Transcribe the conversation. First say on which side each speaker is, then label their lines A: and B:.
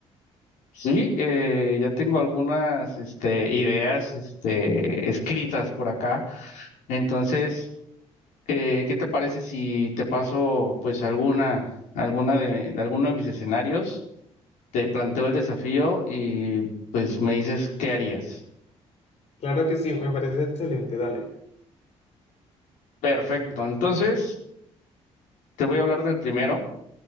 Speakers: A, on the left; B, on the left.
A: Sí, eh, ya tengo algunas, este, ideas, este, escritas por acá. Entonces, Eh, ¿qué te parece si te paso pues alguna, alguna de, de alguno de mis escenarios? Te planteo el desafío y pues me dices qué harías.
B: Claro que sí, me parece excelente. Dale.
A: Perfecto, entonces te voy a hablar del primero.